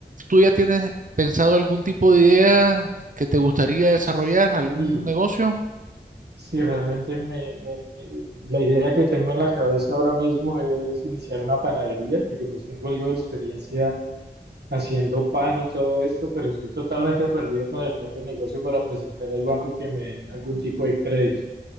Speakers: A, on the right; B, on the right.
A: ¿tú ya tienes pensado algún tipo de idea que te gustaría desarrollar,
B: Sí,
A: algún negocio?
B: sí, realmente me, me- la idea que tengo en la cabeza ahora mismo es iniciar una panadería, porque pues tengo algo de experiencia haciendo pan y todo esto, pero estoy totalmente perdido con el plan de negocio para presentar al banco y que me den algún tipo de crédito.